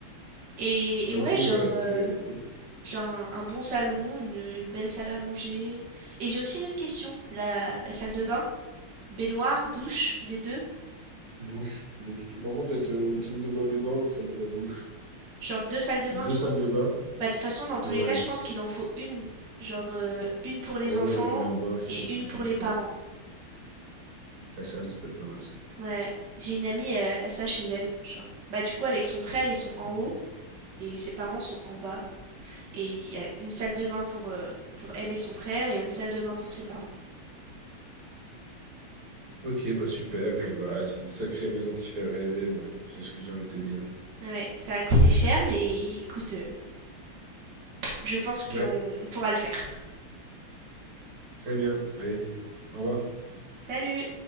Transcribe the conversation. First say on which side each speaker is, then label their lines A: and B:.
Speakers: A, on the right; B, on the right.
A: Et,
B: Ok,
A: et ouais, genre...
B: bah, c'est
A: euh,
B: trop bien.
A: Genre un, un bon salon, une, une belle salle à manger. Et j'ai aussi une autre question. La, la salle de bain, baignoire, douche, les deux.
B: Douche, douche. Bon, peut-être euh, une salle de bain baignoire, une salle de bain douche.
A: Genre deux salles de bain
B: Deux
A: du
B: salles
A: coup.
B: de bain?
A: Bah, de toute façon, dans tous
B: Ouais.
A: les cas, je pense qu'il en faut une. Genre euh, une pour
B: En
A: les
B: haut
A: enfants
B: et une en bas, ça,
A: et
B: plus
A: une
B: ça.
A: pour les parents.
B: Ouais. Ah, ça, ça peut être pas mal, ça.
A: Ouais. J'ai une amie, elle a ça chez elle. Genre. Bah du coup, avec son frère, ils sont en
B: Ok.
A: haut et ses parents sont en bas. Et il y a une salle de bain pour, euh, pour elle et son frère et une salle de bain pour ses parents.
B: Ok, bah super. Et bah, c'est une sacrée maison qui fait rêver. Ouais, c'est ce que j'ai envie de te dire.
A: Ouais, ça va coûter cher, mais écoute, euh, je pense
B: Ouais,
A: qu'on on pourra le faire.
B: très bien. Allez, au revoir.
A: Salut